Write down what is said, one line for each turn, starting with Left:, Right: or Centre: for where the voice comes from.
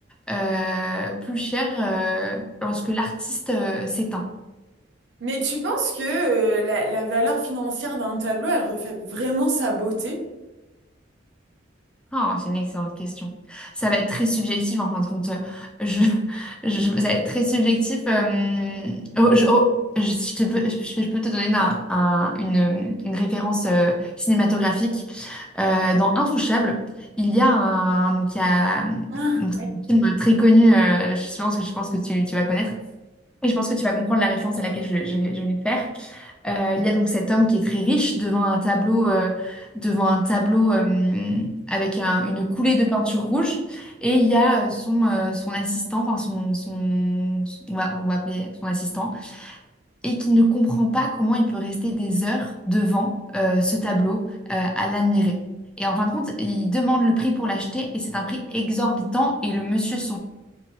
Centre: euh, plus cher euh, lorsque l'artiste euh, s'éteint?
Right: mais tu penses que euh, la, la valeur financière d'un tableau, elle reflète vraiment sa beauté?
Centre: Ah, c'est une excellente question. Ça va être très subjectif en fin de compte. Euh, Je, je- ça va être très subjectif. euh, oh, je, oh, je- je te peux, je, je peux te donner un- un- une, une référence euh, cinématographique. Euh, dans Intouchable, il y a un, donc il y a,
Right: Ah
Centre: donc c'est un film très connu, euh, je pense que, je pense que tu, tu vas connaître. Et je pense que tu vas comprendre la référence à laquelle je, je vais, je vais faire. Euh, il y a donc cet homme qui est très riche devant un tableau, euh, devant un tableau euh, avec un- une coulée de peinture rouge. Et il y a euh, son, euh, son assistant, enfin son, son, son- on va, on va appeler son assistant, et qui ne comprend pas comment il peut rester des heures devant euh, ce tableau euh, à l'admirer. Et en fin de compte, il demande le prix pour l'acheter et c'est un prix exorbitant. Et le monsieur,